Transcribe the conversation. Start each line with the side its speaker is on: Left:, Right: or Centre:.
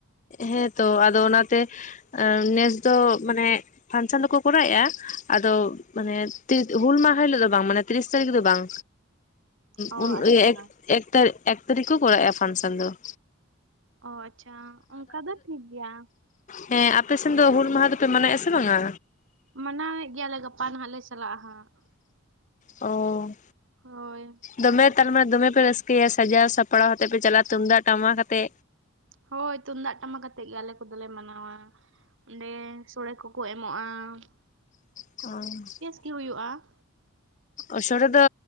Left: ᱦᱮᱸᱛᱚ ᱟᱫᱚ ᱚᱱᱟᱛᱮ ᱱᱮᱥ ᱫᱚ ᱢᱟᱱᱮ ᱯᱷᱟᱱᱥᱮᱱ ᱫᱚᱠᱚ ᱠᱚᱨᱟᱭᱮᱜᱼᱟ ᱟᱫᱚ ᱢᱟᱱᱮ ᱦᱩᱞ ᱢᱟᱦᱟ ᱦᱤᱞᱳᱜ ᱫᱚ ᱵᱟᱝ ᱢᱟᱱᱮ ᱛᱤᱨᱤᱥ ᱛᱟᱹᱨᱤᱠᱷ ᱫᱚ ᱵᱟᱝ,
Right: ᱚ
Left: ᱦᱩᱸ
Right: ᱟᱪᱪᱷᱟ᱾
Left: ᱮᱠ ᱮᱠ ᱛᱟᱹᱨᱤᱠᱷ ᱠᱚ ᱠᱚᱨᱟᱣᱮᱜᱼᱟ ᱯᱷᱟᱱᱥᱚᱱ ᱫᱚ ᱾
Right: ᱚ ᱟᱪᱪᱷᱟ ᱚᱱᱠᱟ ᱫᱚ ᱴᱷᱤᱠ ᱜᱮᱭᱟ ᱾
Left: ᱦᱮᱸ ᱟᱯᱮ ᱥᱮᱱ ᱫᱚ ᱦᱩᱞ ᱢᱟᱦᱟ ᱫᱚᱯᱮ ᱢᱟᱱᱟᱣᱮᱫ ᱟ ᱥᱮ ᱵᱟᱝᱼᱟ?
Right: ᱢᱟᱱᱟᱣᱮᱫ ᱜᱮᱭᱟᱞᱮ ᱜᱟᱯᱟ ᱱᱟᱦᱟᱸᱜ ᱞᱮ ᱪᱟᱞᱟᱜᱼᱟ ᱦᱟᱸᱜ ᱾
Left: ᱚᱻ
Right: ᱦᱳᱭ ᱾
Left: ᱫᱚᱢᱮ ᱛᱟᱨᱢᱟᱱᱮ ᱫᱚᱢᱮ ᱯᱮ ᱨᱟᱹᱥᱠᱟᱹᱭᱟ ᱥᱟᱡᱟᱣ ᱥᱟᱯᱲᱟᱣ ᱦᱟᱛᱮᱜ ᱯᱮ ᱪᱟᱞᱟᱜᱼᱟ ᱛᱩᱢᱫᱟᱜ ᱴᱟᱢᱟᱠ ᱟᱛᱮ᱾
Right: ᱦᱳᱭ ᱛᱩᱢᱫᱟᱜ ᱴᱟᱢᱟᱠ ᱟᱛᱮᱜ ᱜᱮ ᱟᱞᱮ ᱠᱚᱫᱚᱞᱮ ᱢᱟᱱᱟᱣᱟ ᱚᱸᱰᱮ ᱥᱚᱲᱮ ᱠᱚ ᱠᱚ ᱮᱢᱚᱜᱼᱟ ᱾
Left: ᱦᱚᱸᱻ ᱾
Right: ᱠᱤ ᱦᱩᱭᱩᱜᱼᱟ?
Left: ᱚ ᱥᱚᱲᱮ ᱫᱚ